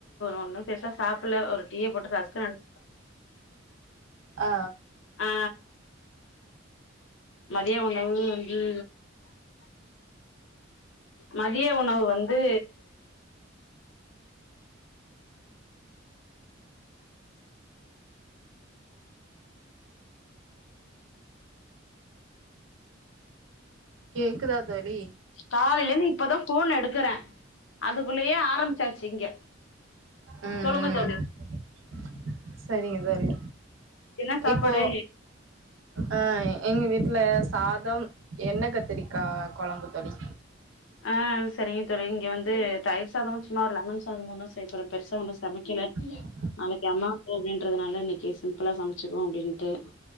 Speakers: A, on the left; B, on the right.
A: ஒண்ணு பெருசா சாப்ல ஒரு டீய போட்டு ரஸ்க் நெனச்
B: ஆ
A: ஆ மதிய உணவு வந்து மதிய உணவு வந்து
B: கேக்குதா தோழி
A: காலையிலந்து இப்பதா போன எடுக்கறே அதுக்குள்ளயே ஆரமிச்சாச்சு இங்க
B: ம்
A: சொல்லுங்க தோழி
B: ம் செரிங்க தோழி
A: என்ன சாப்பாடு
B: இப்போ அ எங்க வீட்ல சாதம் எண்ண கத்தரிக்கா குழம்பு தோழி
A: ஆ சேரிங்க தோழி இங்க வந்து தயிர் சாதமும் சும்மா ஒரு லெமன் சாதமும் தான் செய்போற‌ பெருசா ஒன்னும் சமைக்கல
B: <unintelligible>
A: நாளைக்கு அம்மாவாச அப்டின்றதுனால இன்னைக்கு சிம்பிளா சமைச்க்குவோம் அப்டின்னுட்டு